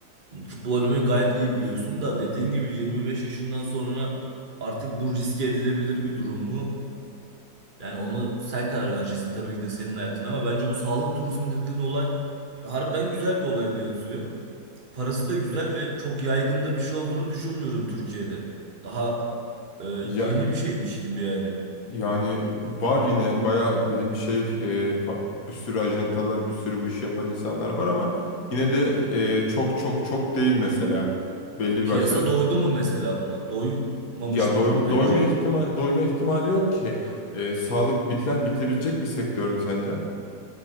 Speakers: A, on the right; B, on the left.
A: futbol oynamayı gayet iyi biliyorsun da dediğin gibi 25 yaşından sonra artık bu riske edilebilir bir durum mu? Yani onu sen karar vereceksin tabii ki de senin hayatın ama bence bu sağlık turizmi dediğin olay harbiden güzel bir olaya benziyor. Parası da güzel ve çok yaygın da bir şey olduğunu düşünmüyorum Türkiye'de. Daha e, yeni
B: Ya
A: bir şeymiş gibi yani.
B: yani var yine bayağı bilin şey e, fa- bir sürü ajantalar bir sürü bu işi yapan insanlar var ama yine de e, çok çok çok değil mesela belli
A: Ya piyasa
B: bir başta
A: doydu mu mesela buna? Doymamıştır
B: Ya doy-
A: bence.
B: doyma ihtimal doyma ihtimali yok ki. Ee, sağlık biten bitebilecek bir sektör mü sence?